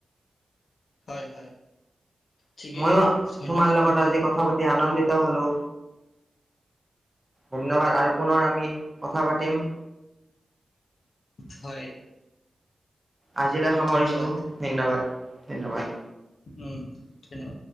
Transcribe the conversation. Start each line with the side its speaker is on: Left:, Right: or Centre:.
Left: হয় হয়। ঠিকেই
Right: ময়ো,
Left: ধন্যবাদ
Right: তোমাৰ লগত
Left: বন্ধু
Right: আজি কথা পাতি আনন্দিত ত হলোঁ। ধন্যবাদ আৰু পুনৰ আমি কথা পাতিম।
Left: হয়।
Right: আজিলৈ সামৰিছোঁ।
Left: ধন্যবাদ
Right: ধন্যবাদ, ধন্যবাদ।
Left: উম ধন্যবাদ